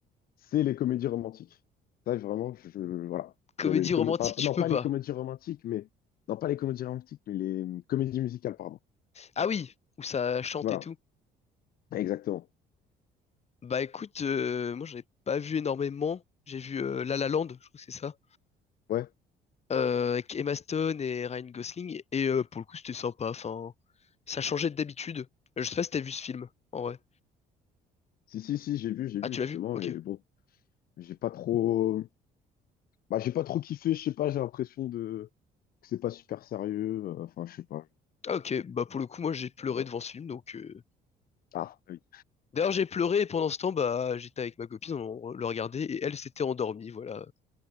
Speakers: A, on the left; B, on the left.
A: c'est les comédies romantiques. Ça, vraiment, je, je- voilà.
B: Comédie
A: Euh, Les com-
B: romantique,
A: enfin,
B: tu
A: non,
B: peux
A: pas
B: pas.
A: les comédies romantiques, mais non, pas les comédies romantiques, mais les hum, comédies musicales, pardon.
B: Ah oui, où ça chante
A: Voilà,
B: et tout.
A: exactement.
B: Bah écoute, euh, moi j'en ai pas vu énormément. J'ai vu euh, La La Land, je crois que c'est ça,
A: Ouais.
B: euh, avec Emma Stone et Ryan Gosling. Et euh, pour le coup, c'était sympa. Enfin, ça changeait d'habitude. Je sais pas si t'as vu ce film, en vrai.
A: Si, si, si, j'ai vu, j'ai
B: Ah,
A: vu
B: tu
A: justement,
B: l'as vu? Ok.
A: et bon, j'ai pas trop, bah, j'ai pas trop kiffé. Je sais pas, j'ai l'impression de que c'est pas super sérieux. euh, Enfin, je sais pas.
B: Ah, ok, bah pour le coup, moi j'ai pleuré
A: Voilà.
B: devant ce film, donc. euh,
A: Ah, ah oui,
B: D'ailleurs, j'ai pleuré et pendant ce temps, bah j'étais avec ma copine, on le regardait et elle s'était endormie, voilà.